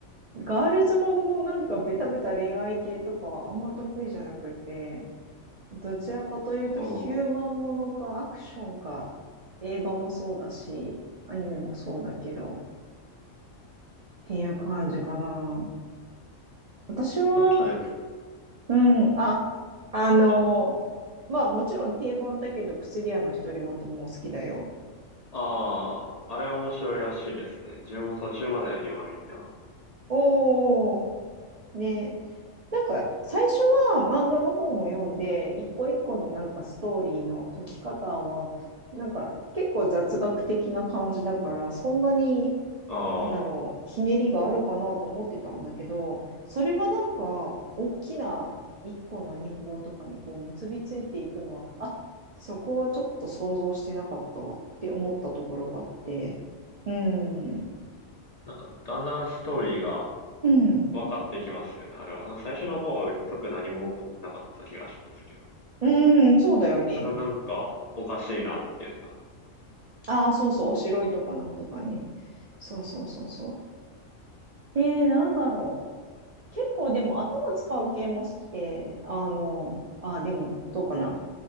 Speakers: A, on the right (about 60°); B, on the left (about 40°).
A: ガールズもののなんかベタベタ恋愛系とかはあんま得意じゃなくて、どちらかというとヒューマンものかアクションか、
B: は。うん。
A: 映画もそうだし、アニメもそうだけど、っていう感じかな。私は、
B: さっきのやつ。
A: うん、あ、あの、
B: あ、
A: まあもちろん定番だけど、薬屋の独り言も好きだよ。
B: ああ、あれは面白いらしいですね。自分も途中まで今見てます。
A: おー、ね。なんか最初は漫画の方も読んで、一個一個のなんかストーリーの解き方は、なんか結構雑学的な感じだから、そんなに、
B: ああ。
A: なんだろう、ひねりがあるかなと思ってたんだけど、それがなんか大きな一個の陰謀とかにこう結びついていくのは、あ、そこはちょっと想像してなかったわって思ったところがあって、うん、
B: なんか、だんだんストーリーが
A: うん、
B: 分かってきますよね、あれは。なんか最初の方は別に特に何も起こってなかった気がしますけど。
A: うん、そうだよね。
B: だからなんか、おかしいなっていうのが。
A: ああ、そうそう、おしろいとかなんとかね。そうそうそうそう。で、なんだろう。結構でも頭使う系も好きで、あの、あー、でもどうかな。